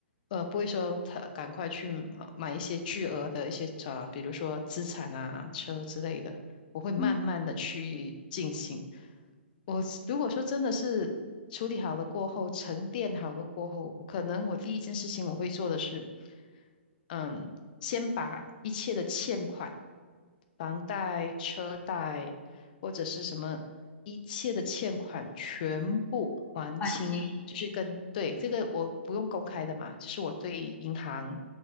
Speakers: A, on the left; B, on the left.
A: 呃，不会说他赶快去呃买一些巨额的一些啊、呃比如说资产啊、车之类的，我会慢慢的去进行。
B: 嗯
A: 我如果说真的是处理好了过后，沉淀好了过后，我可能我第一件事情我会做的是，嗯，先把一切的欠款、房贷、车贷。或者是什么一切的欠款全部还清，
B: 环清
A: 就是跟对这个我不用公开的嘛，就是我对银行、